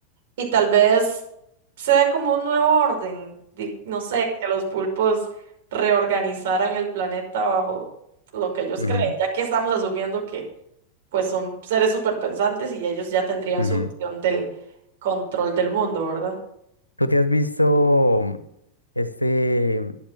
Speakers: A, on the right; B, on the left.
A: Y tal vez sea como un nuevo orden, di- no sé, que los pulpos reorganizaran el planeta bajo lo que ellos
B: ujú,
A: creen,
B: ujú,
A: ya que estamos asumiendo que pues son seres superpensantes y ellos ya tendrían
B: ujú.
A: su visión del control del mundo, ¿verdad?
B: ¿Tú te has visto mm, este, mm,